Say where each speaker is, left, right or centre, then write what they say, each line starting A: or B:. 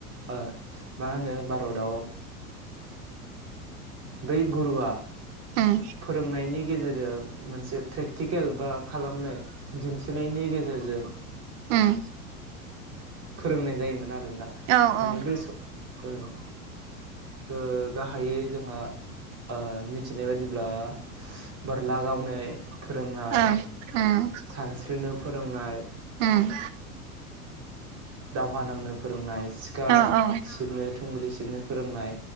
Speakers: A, on the right (about 35°); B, on the right (about 55°).
A: ओ मा होनो भारताव बै गुरुवा
B: उम
A: फोरोंनायनि गेजेरजों मोनसे प्रेक्टिकेल बा खालामनो दिन्थिनायनि गेजेरजों
B: उम।
A: फोरोंनाय जायोमोन आरो ओंना
B: औ
A: माने
B: औ
A: बे स ओउ ओ गाहायै जोंहा ओ मिथिनाय बायदिब्ला बोरला गावनाय फोरोंनाय
B: ओं उम
A: सानस्रिनो फोरोंनाय
B: उम।
A: दावहा नांनो फोरोंनाय सिखा
B: औ औ
A: सिबनो थुंग्रि सिबनो फोरोंनाय